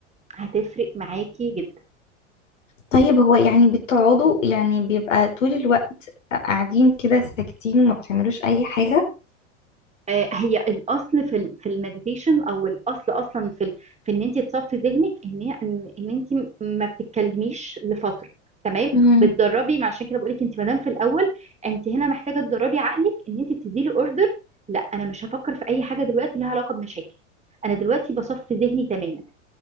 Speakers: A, on the right; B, on the left.
A: هتفرق معاكي جدا
B: طيب هو يعني بتقعدوا يعني بيبقى طول الوقت قاعدين كده ساكتين وما بتعملوش اي حاجة
A: آه، هي الاصل في ال- في المديتيشن او الاصل اصلا في ال- في ان انت تصفي ذهنك ان هي- ان إن انت ما بتتكلميش لفتره تمام
B: امم
A: بتدربي ما عشان كده بقول لك انت ما دام في الاول انت هنا محتاجه تدربي عقلك ان انت بتدي له اوردر لا انا مش هفكر في اي حاجه دلوقتي لها علاقه بمشاكل انا دلوقتي بصفي ذهني تماما